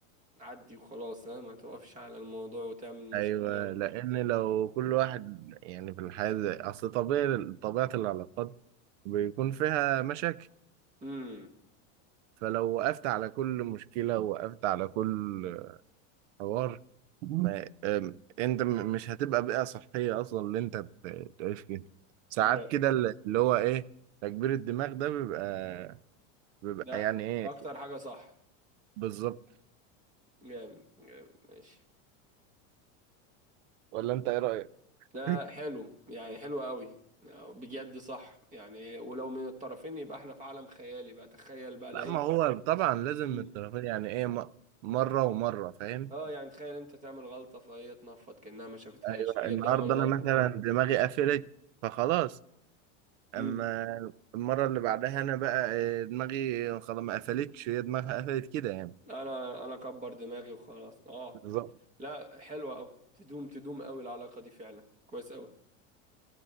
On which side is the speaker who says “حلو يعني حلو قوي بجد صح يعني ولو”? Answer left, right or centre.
Right